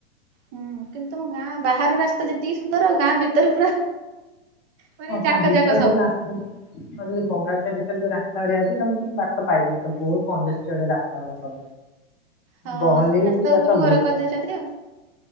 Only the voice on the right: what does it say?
ହୁଁ କିନ୍ତୁ ତମ ଗାଁ ବାହାର ରାସ୍ତା ଯେତିକି ସୁନ୍ଦର ଗାଁ ଭିତରେ ପୁରା ମାନେ
ଯାକ
ଯାକ ସବୁ
ହଁ
ସବୁ ରାସ୍ତା
ଉପରୁ
ଘର କରିଦେଇଛନ୍ତି
ଆଉ